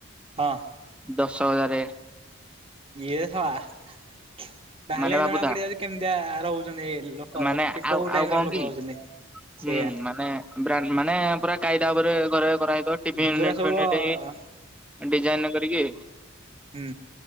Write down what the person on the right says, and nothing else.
ହଁ।
ଇଏ ସଲା ତାହେଲେ
ଜଣା ପଡିଯାଉଛି କେମିତିଆ ରହୁଛନ୍ତି ଲୋକ
କୋଉ
ଟାଇପ୍
ର ଲୋକ
ରହୁଛନ୍ତି? ସେଇଆ
ଯୋଉଟା
ସବୁ
ହଁ
ହୁଁ